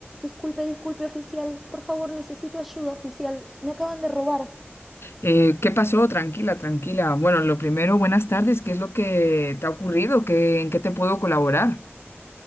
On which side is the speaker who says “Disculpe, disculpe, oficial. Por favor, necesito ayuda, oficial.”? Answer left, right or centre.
Centre